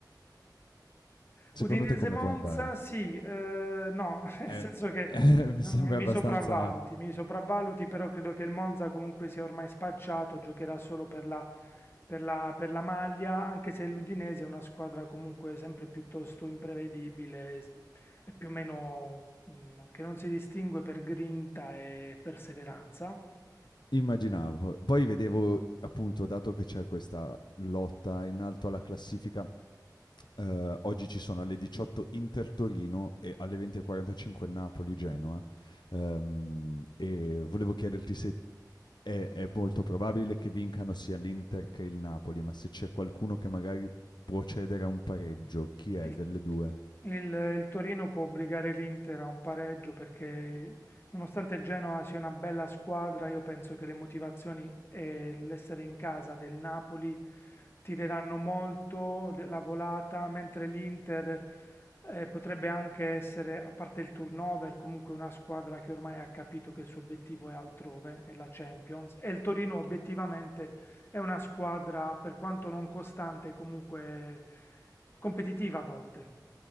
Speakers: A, on the left (about 80°); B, on the left (about 30°).
A: Secondo
B: Udinese-Monza,
A: te come può andare?
B: sì, eh, no, <laughs> nel
A: Eh,
B: senso
A: <laughs>
B: che
A: eh, mi sembra
B: mm, mi
A: abbastanza
B: sopravvaluti, mi sopravvaluti, però credo che il Monza comunque sia ormai spacciato, giocherà solo per la, per la- per la maglia, anche se l'Udinese è una squadra comunque sempre piuttosto imprevedibile, s- è più o meno mm, che non si distingue per grinta e perseveranza.
A: immaginavo. Poi vedevo, appunto, dato che c'è questa lotta in alto alla classifica, eh, oggi ci sono alle 18 Inter Torino e alle 20.45 Napoli Genoa. Ehm, e volevo chiederti se è, è molto probabile che vincano sia l'Inter che il Napoli, ma se c'è qualcuno che magari può cedere a un pareggio, chi è
B: Il,
A: delle due?
B: il- il Torino può obbligare l'Inter a un pareggio perché, nonostante il Genoa sia una bella squadra, io penso che le motivazioni e l'essere in casa del Napoli tireranno molto de- la volata, mentre l'Inter eh, potrebbe anche essere, a parte il turnover, comunque una squadra che ormai ha capito che il suo obiettivo è altrove, è la Champions, e il Torino obiettivamente è una squadra, per quanto non costante, comunque competitiva a volte.